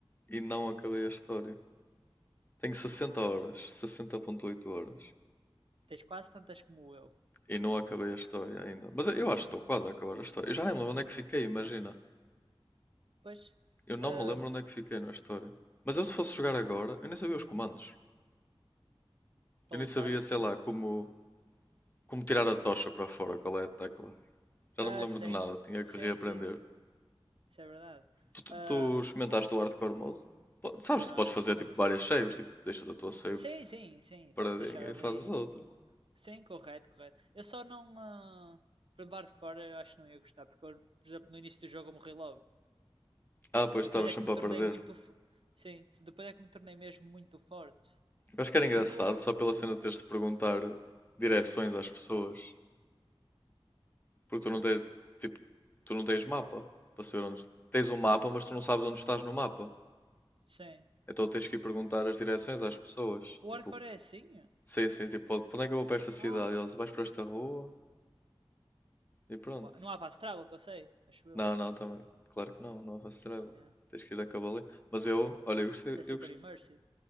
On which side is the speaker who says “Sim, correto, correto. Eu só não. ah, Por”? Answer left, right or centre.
Right